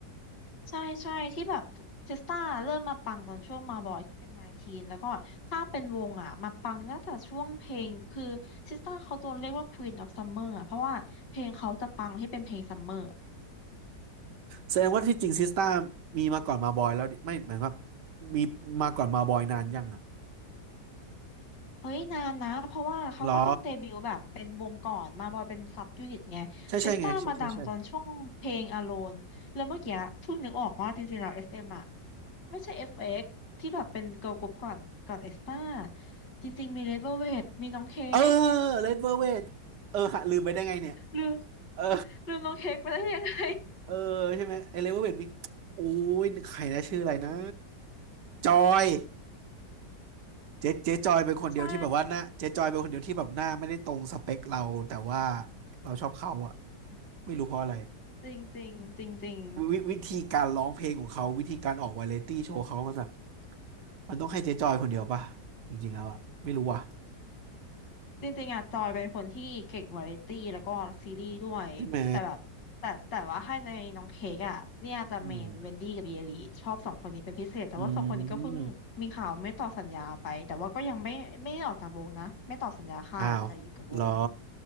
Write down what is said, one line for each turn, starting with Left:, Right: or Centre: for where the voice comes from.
Left: ใช่ใช่ที่แบบเทสตาเริ่มมาปังตอนช่วงมาบอยที่เป็นนาทีนแล้วก็ถ้าเป็นวงอ่ะมาปังน่าจะช่วงเพลงคือเทสตาเขาโดนเรียกว่า Queen of Summer อ่ะเพราะว่าเพลงเขาจะปังที่เป็นเพลงซัมเมอร์
Right: แสดงว่าที่จริงซิสต้ามีมาก่อนมาบอยแล้วดิไม่หมายความว่ามีมาก่อนมาบอยนานยังอ่ะ
Left: เฮ้ยนานนะเพราะว่าเขาก็ต้องเดบิวต์แบบเป็นวงก่อนมาบอยเป็นซับยูนิตไงเทสตามาดังตอนช่วงเพลง
Right: เหรอใช่ใช่ไงใช่ใช่ใช่
Left: Alone แล้วเมื่อกี้เพิ่งนึกออกว่าจริงๆแล้ว s เอมอ่ะไม่ใช่ FX ที่แบบเป็นเกิร์ลกรุ๊ปก่อนก่อนเอสตาจริงๆมีเลเวลเวทมีน้องเค้ก
Right: เออเลดเวอร์เวทเออหะลืมไปได้ไงเนี่ย
Left: ลืม
Right: เออ
Left: ลืมน้องเค้กไปได้ยังไง
Right: เออใช่ไหมไอเลดเวอร์เวทมีโอ้ยใครนะชื่ออะไรนะจอยเจ๊เจ๊จอยเป็นคนเดียวที่แบบว่าหน้าเจ๊จอยเป็นคนเดียวที่แบบหน้าไม่ได้ตรงสเปคเราแต่ว่า
Left: <laughs> ใช่
Right: เราชอบเขาอะไม่รู้เพราะอะไร
Left: จริงจริงจริงจริง
Right: วิวิธีการร้องเพลงของเขาวิธีการออกวาไรตี้โชว์เขามันแบบมันต้องให้เจ๊จอยคนเดียวป่ะจริงๆแล้วอะไม่รู้ว่ะ
Left: จริงจริงๆอะจอยเป็นคนที่เก่งวาไรตี้แล้วก็ซีรีส์ด้วยแต่แบบแต่แต่ว่าให้ในน้องเค้กอะเนี่ยจะเมนเวนดี้กับเยลีชอบสองคนนี้เป็นพิเศษแต่ว่าสองคนนี้ก็เพิ่งมีข่าวไม่ต่อสัญญาไปแต่ว่าก็ยังไม่ไม่ได้ออกจากวงนะไม่ต่อสัญญาค่ายแต่อยู่กับวงอยู่
Right: ใช่ไหมอืมอืมอ้าวเหรอ